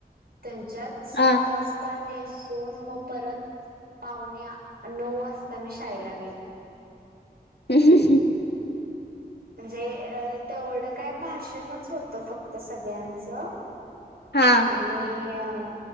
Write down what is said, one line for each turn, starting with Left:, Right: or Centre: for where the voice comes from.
Right: त्यांच्यात सात
Left: हा
Right: वास नसून मग परत पाहुणे नऊ वाजता मी शाळेला गेली.
Left: <unintelligible>
Right: म्हणजे तेवढं काय भाषणच होतं फक्त सगळ्यांचं
Left: हा.
Right: आणि अ